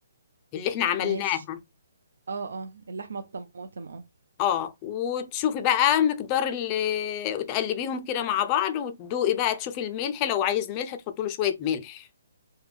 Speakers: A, on the left (about 20°); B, on the right (about 90°).
A: اللي احنا عملناها
B: ماشي اه اه اللحمه بطماطم اه
A: اه وتشوفي بقى مقدار اللي وتقلبيهم كده مع بعض وتدوقي بقى تشوفي الملح لو عايز ملح تحطي له شويه ملح